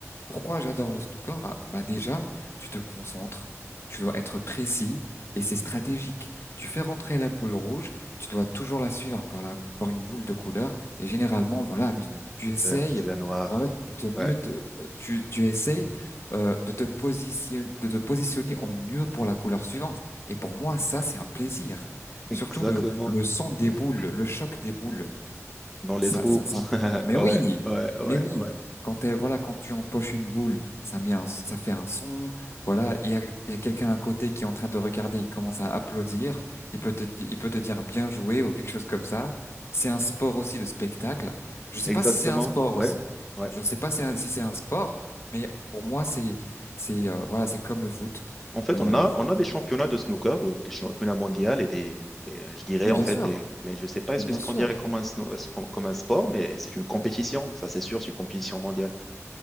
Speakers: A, on the left (about 55°); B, in the centre.
A: Pourquoi j'adore le snooker? Bah, bah déjà, tu te concentres, tu dois être précis et c'est stratégique. Tu fais rentrer la boule rouge, tu dois toujours la suivre par la, par une boule de couleur et généralement, voilà,
B: Mhm.
A: tu, tu essayes,
B: C'est la c'est la noire.
A: voilà, de mieux
B: Ouais,
A: te- tu, tu essayes euh, de te positionner, de te positionner en mieux pour la couleur suivante. Et pour moi, ça, c'est un plaisir.
B: exactement.
A: Surtout le, le son des
B: Mhm.
A: boules, le choc des boules.
B: Dans les
A: Ça,
B: trous.
A: ça, ça-
B: <laughs>
A: Mais oui,
B: Ouais, ouais, ouais,
A: mais oui.
B: ouais.
A: Quand elle, voilà, quand tu empoches une boule, ça met un, ça fait un son. Voilà, il y a, il y a quelqu'un à côté qui est en train de regarder. Il commence à applaudir. Il peut te, il peut te dire bien joué ou quelque chose comme ça. C'est un sport aussi de spectacle. Je sais
B: Exactement.
A: pas si c'est un sport
B: Ouais,
A: aussi.
B: ouais.
A: Je ne sais pas si, un- si c'est un sport, mais pour moi c'est, c'est, euh, voilà, c'est comme le foot.
B: En fait,
A: Euh,
B: on a, on a des championnats de snooker, euh, des championnats mondiaux et des, des- euh, je dirais
A: mais
B: en
A: bien
B: fait
A: sûr,
B: des, mais je sais pas est-ce
A: mais bien
B: que c'est
A: sûr.
B: qu'on dirait comme un, sno- euh, comme comme un sport, mais c'est une compétition, ça c'est sûr, c'est une compétition mondiale.